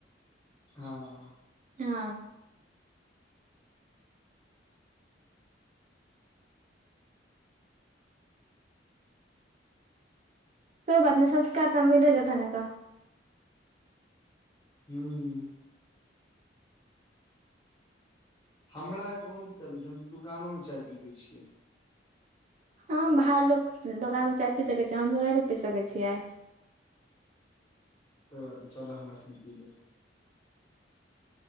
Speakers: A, on the left (about 20°); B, on the right (about 40°).
A: हँ
B: हँ कोइ बात नहि सोच क मिल जात ना
A: हूँ हमरा कोनो दिक्कत नहि छै हम तऽ दुकानोमे चाय पी लै छियै
B: हँ बाहर लोक दोकान मे चाय पी सकैत छै हम तो नहि ने पी सकैत छियै
A: कोइ बात नहि चलब हमरा सने पीलेब